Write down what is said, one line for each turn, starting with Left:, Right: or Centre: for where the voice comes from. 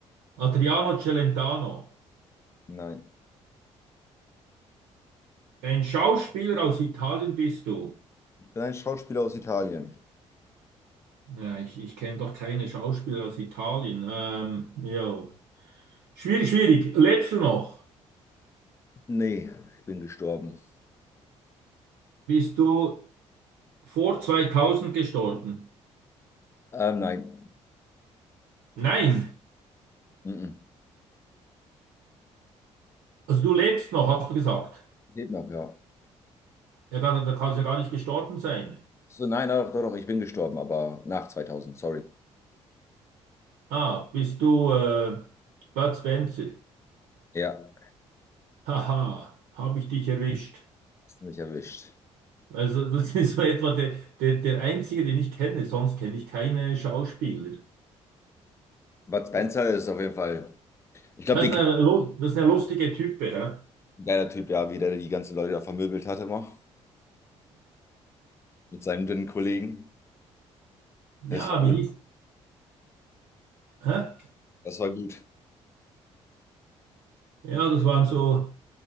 Right: Adriano Celentano.
Left: Nein.
Right: Ein Schauspieler aus Italien bist du.
Left: Ich bin ein Schauspieler aus Italien.
Right: Ja, ich ich kenne doch keine Schauspieler aus Italien. Ähm, ja. Schwierig, schwierig. Lebst du noch?
Left: Nee. Ich bin gestorben.
Right: Bist du vor zweitausend gestorben?
Left: Ähm, nein.
Right: Nein.
Left: Mhm.
Right: Also du lebst noch, hast du gesagt.
Left: Lebt noch, ja.
Right: Ja, dann, dann kannst du ja gar nicht gestorben sein.
Left: So, nein, doch, doch, doch. Ich bin gestorben, aber nach 2000. Sorry.
Right: Ah, bist du äh, Bud Spencer?
Left: Ja.
Right: Haha, habe ich dich erwischt.
Left: Hast du mich erwischt.
Right: Also das <laughs> ist so etwa der, der, der einzige, den ich kenne. Sonst kenne ich keine Schauspieler.
Left: Bud Spencer ist auf jeden Fall. Ich glaube,
Right: Das
Left: den
Right: ist
Left: kennt
Right: eine, lu- das ist eine lustige Type, hä?
Left: ein geiler Typ, ja, wie der die ganzen Leute da vermöbelt hat immer. Mit seinem dünnen Kollegen.
Right: Ja,
Left: Das war gut.
Right: wie hieß? Hä?
Left: Das war gut.
Right: Ja, das waren so